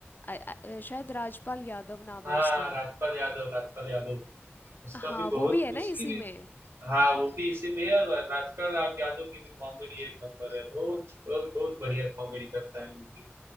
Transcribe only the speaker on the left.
अ, अ, शायद राजपाल यादव नाम
है उसका
हाँ
वो भी है ना
इसी
में